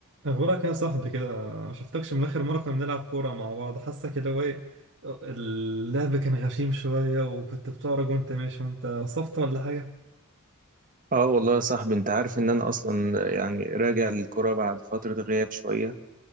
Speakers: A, on the right; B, on the right.
A: اخبارك يا صاحبي كده ما شفتكش من اخر مره كنا بنلعب كوره مع بعض حاسك اللي هو ايه اللعب كان غشيم شويه وكنت بتعرج وانت ماشي وانت وصفت ولا حاجه
B: اه والله يا صاحبي انت عارف ان انا اصلا يعني راجع للكرة بعد فترة غياب شوية